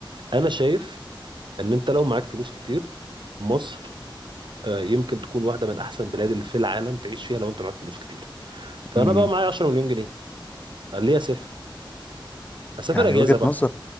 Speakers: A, on the right (about 65°); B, on the left (about 20°).
A: أنا شايف إن أنت لو معاك فلوس كتير مصر آه، يمكن تكون واحدة من أحسن بلاد اللي في العالم تعيش فيها لو أنت معاك فلوس كتير فأنا
B: امم
A: بقى معايا 10 مليون جنيه قال لي أسافر أسافر
B: يعني
A: أجازة
B: وجهة
A: بقى
B: نظر